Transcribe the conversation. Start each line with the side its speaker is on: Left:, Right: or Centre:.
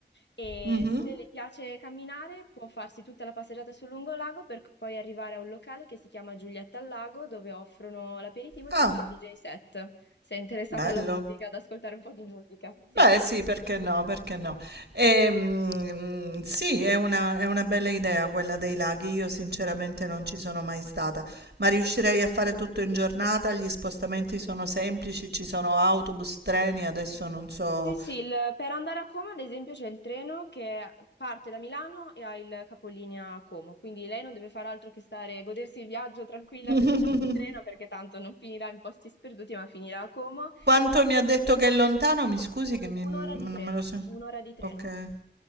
Left: e
Right: Mhm.
Left: se le piace camminare può farsi tutta la passeggiata sul lungolago per poi arrivare a un locale che si chiama Giulietta al Lago, dove offrono l'aperitivo e
Right: Ah,
Left: c'è anche il DJ set. Sei interessata
Right: bello.
Left: alla musica, ad ascoltare un po' di musica? Sì.
Right: Beh, sì, perché no, perché no. Ehm, sì, è una, è una bella idea quella dei laghi. Io sinceramente non ci sono mai stata, ma riuscirei a fare tutto in giornata. Gli spostamenti sono semplici, ci sono autobus, treni, adesso non so.
Left: Sì, sì, il- per andare a Como, ad esempio, c'è il treno che parte da Milano e ha il capolinea a Como, quindi lei non deve fare altro che stare, godersi il viaggio tranquilla
Right: <laughs>
Left: seduta sul treno perché tanto non finirà in posti sperduti, ma finirà a Como.
Right: Quanto mi ha detto che è lontano? Mi scusi che mi-
Left: Un'ora
Right: non
Left: di treno,
Right: me lo so.
Left: un'ora di treno.
Right: Ok,